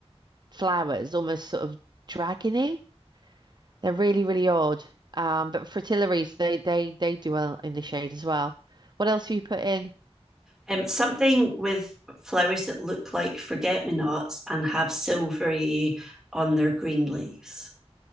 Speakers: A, on the right; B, in the centre.
A: flowers, almost sort of dragony. They're really really odd. Um, but fritillaries they they they do well in the shade as well. What else have you put in?
B: Um, something with flowers that look like forget me nots and have silvery on their green leaves.